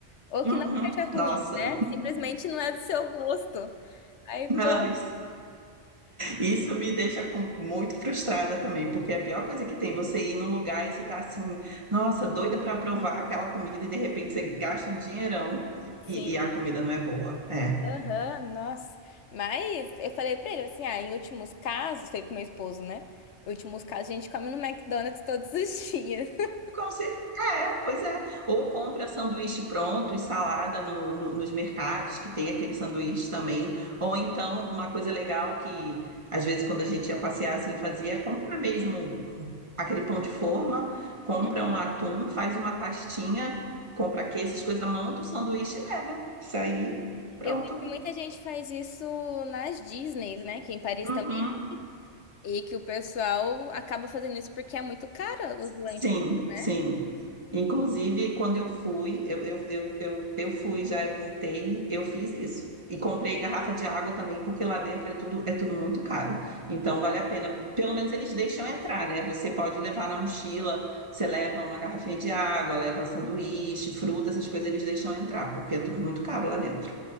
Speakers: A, on the left (about 80°); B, on the right (about 25°).
A: Ou
B: Uhum,
A: que não seja ruim,
B: nossa,
A: né? Simplesmente não é do seu gosto. Aí,
B: não,
A: pô.
B: isso Isso me deixa com- muito frustrada também, porque é a pior coisa que tem, você ir num lugar e você tá assim, nossa, doida para provar aquela comida e de repente você gasta um dinheirão e,
A: Sim,
B: e a comida não é boa. É.
A: Aham, nossa. Mas eu falei pra ele assim: ah, em últimos casos, falei pro meu esposo, né? Em últimos casos, a gente come no McDonald's todos os dias. <laughs>
B: Com certeza, é, pois é. Ou compra sanduíche pronto e salada no- no- nos mercados, que tem aquele sanduíche também. Ou então, uma coisa legal que, às vezes, quando a gente ia passear assim, fazia, é comprar mesmo aquele pão de forma, compra
A: Uhum.
B: um atum, faz uma pastinha, compra queijo, essas coisas, monta o sanduíche e leva. Isso aí, pronto.
A: Eu vi que muita gente faz isso nas Disneys, né? Que em Paris
B: Uhum.
A: também. E que o pessoal acaba fazendo isso porque é muito caro os lanches,
B: Sim,
A: né?
B: sim. Inclusive, quando eu fui, eu, eu, eu, eu, eu fui já, eu visitei, eu fiz isso. E comprei garrafa de água também, porque lá dentro é tudo, é tudo muito caro. Então, vale a pena. Pelo menos eles deixam entrar, né? Você pode levar na mochila, você leva uma garrafinha de água, leva sanduíche,
A: Uhum.
B: fruta, essas coisas eles deixam entrar, porque é tudo muito caro lá dentro.